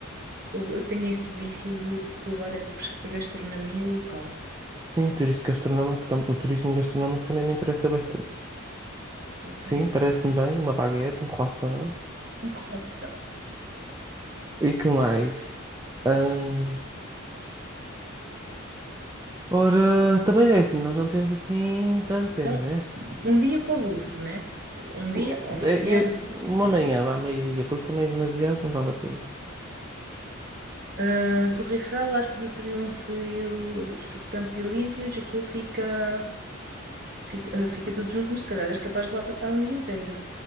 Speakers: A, on the right (about 45°); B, on the right (about 15°).
A: eu, eu tenho esse vício de provar a gas- a gastronomia local.
B: Sim, turismo gastronómico, tam- o turismo gastronómico também me interessa bastante.
A: Portanto,
B: Sim, parece-me bem, uma baguete, um croissant.
A: um croissant.
B: E que mais? Ahn, ora, também é assim, nós não temos assim tanto tempo,
A: Então,
B: né?
A: um dia para o Louvre, né? Um dia
B: O-
A: ou uma
B: é,
A: manhã,
B: eu-
A: não sei.
B: uma manhã, vá, meio-dia, porque também é demasiado, não vale a pena.
A: Ah, Torre Eiffel, Arco do Triunfo e os Campos Elíseos, aquilo fica, fica, ah, fica tudo junto, mas se calhar és capaz de lá passar um dia inteiro.